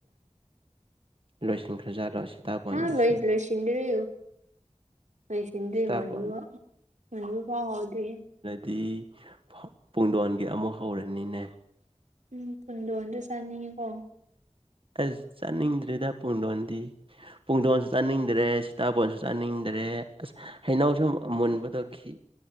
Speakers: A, on the right; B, on the right.
A: ꯂꯣꯏꯁꯤꯟꯈ꯭ꯔꯖꯥꯠꯂꯣ ꯁꯤꯇꯥꯕꯣꯟꯒꯤꯁꯦ
B: ꯍꯥ ꯂꯣꯏ ꯂꯣꯏꯁꯤꯗꯔꯤ ꯂꯣꯏꯁꯤꯟꯗ꯭ꯔꯤ
A: ꯁꯤꯇꯥꯕꯣꯟ
B: ꯃꯨꯟꯕ ꯃꯨꯟꯕꯐꯥꯎ ꯍꯧꯗ꯭ꯔꯤꯍꯦ
A: ꯗꯤ ꯄꯨꯡꯗꯣꯟꯒꯤ ꯑꯃꯨꯛ ꯍꯧꯔꯅꯤꯅꯦ
B: ꯎꯝ ꯄꯨꯟꯗꯣꯟꯗꯣ ꯆꯥꯅꯤꯡꯉꯤꯀꯣ
A: ꯑꯁ ꯆꯥꯅꯤꯡꯗ꯭ꯔꯦꯗ ꯄꯨꯡꯗꯣꯟꯗꯤ ꯄꯨꯡꯗꯣꯟꯁꯨ ꯆꯥꯅꯤꯡꯗ꯭ꯔꯦ ꯁꯤꯇꯥꯕꯣꯟꯁꯨ ꯆꯥꯅꯤꯡꯗ꯭ꯔꯦ ꯔꯦ ꯑꯁ ꯍꯩꯅꯧꯁꯨ ꯃꯨꯟꯕꯗꯣ ꯈꯤ